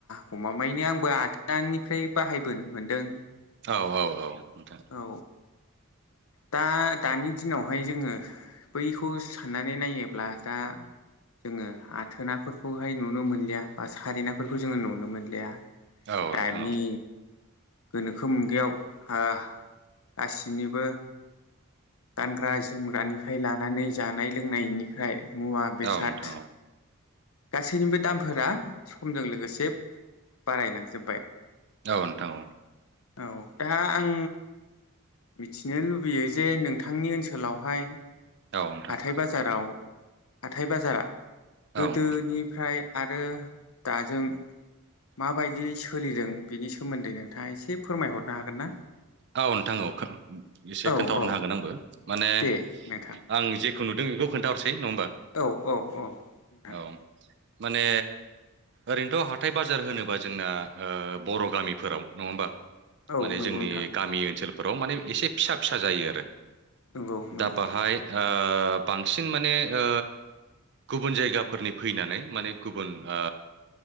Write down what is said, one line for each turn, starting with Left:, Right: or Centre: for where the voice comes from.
Left: गमामायैनो आंबो आथोनिफ्राय बाहायबोनो मोनदों।
Right: औ औ औ नोंथां
Left: औ दा दानि दिनावहाय जोङो बैखौ साननानै नायोब्ला दा जोङो आथोनाफोरखौहाय नुनो मोनलिया बा सारेनाफोरखौ जोङो नुनो मोनलिया।
Right: औ नोंथां
Left: दानि
Right: औ
Left: गोनोखो मुगायाव ओ गासिनिबो गानग्रा जोमग्रानिफ्राय लानानै जानाय लोंनायनिफ्राय मुवा बेसाद
Right: औ नोंथां औ नोंथां औ
Left: गासैनिबो दामफोरा समजों लोगोसे बारायलांजोबबाय
Right: औ नोंथां औ
Left: औ दा आं मिथिनो लुबैयो जे नोंथांनि ओनसोलावहाय
Right: नोंथां
Left: हाथाय बाजाराव हाथाय बाजारा
Right: औ
Left: दोनिफ्राय आरो दाजों माबादियै सोलिदों। बिनि सोमोन्दै नोंथाङा एसे फोरमायहरनो हागोन ना?
Right: औ नोंथां औ एसे
Left: औ
Right: खोन्थाहरनो
Left: औ
Right: हागोन आंबो माने
Left: दे नोंथां
Right: आं जे नुदों बेखौ खोन्थाहरसै नङा होमबा
Left: औ औ औ नोंथां
Right: औ माने ओरैनोथ' हाथाय बाजार होनोबा जोंना ओ बर' गामिफोराव नङा होमबा
Left: औ
Right: माने
Left: नंगौ
Right: जोंनि
Left: नोंथां
Right: गामि ओनसोलफोराव माने एसे फिसा फिसा जायो आरो
Left: नंगौ नंगौ
Right: दा बाहाय ओ ओ बांसिन माने ओ गुबुन जायगाफोरनि फैनानै माने गुबुन ओ